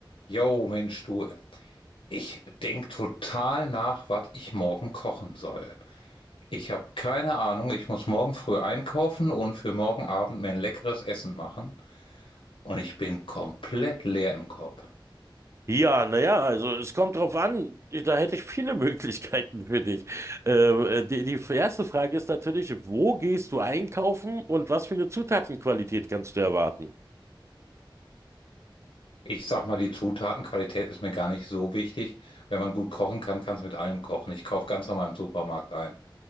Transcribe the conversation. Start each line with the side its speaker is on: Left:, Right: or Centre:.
Left: Jo, Mensch, du, ich denk total nach, was ich morgen kochen soll. Ich habe keine Ahnung, ich muss morgen früh einkaufen und für morgen Abend mir ein leckeres Essen machen. Und ich bin komplett leer im Kopf.
Right: Ja, naja, also es kommt drauf an, da hätte ich viele <laughs> Möglichkeiten für dich. Ähm, äh, die, die erste Frage ist natürlich, wo gehst du einkaufen und was für eine Zutatenqualität kannst du erwarten?
Left: Ich sag mal, die Zutatenqualität ist mir gar nicht so wichtig. Wenn man gut kochen kann, kann es mit allem kochen. Ich kaufe ganz normal im Supermarkt ein.